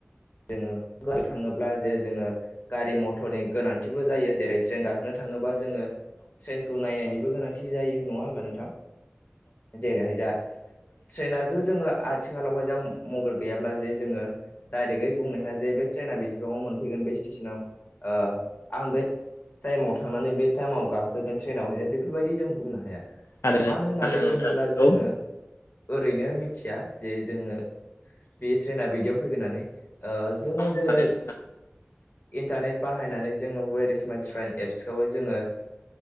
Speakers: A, on the left (about 45°); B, on the left (about 85°).
A: जोङो बुंनो थाङोब्ला जे जोङो गारि-मटरनि गोनांथिबो जायो, जेरै ट्रेन गाखोनो थाङोब्ला जोङो ट्रेननखौ नायनायनिबो गोनांथि जायो नङा होमबा नोंथां। जेरैहाय जा ट्रेनाथ जोङो आथिखालावहाय जा मबाइल गैयाब्ला जे जोङो डाइरेकगै बुंनो हाया जे बे ट्रेना बेसेबाङाव मोनफैगोन बे स्टेसनाव, ओ आं बे टाइमाव थांनांगोन। मानि बे टाइमाव गाखोगोन ट्रेनाव जे बेफोरबायदि जों बुंनो हाया।
B: थारैनो
A: मानो होननानै
B: थारैनो नोंथां
A: बुङोब्ला
B: नंगौ
A: जोङो। ओरैनो मिथिया जे जोङो बे ट्रेना बिदियाव फैगोन होन्नानै। ओ जोङो
B: थारैनो
A: जेरै- इन्टारनेट बाहायनानै जोङो हवेर इस माय ट्रेन एपसखौ जोङो।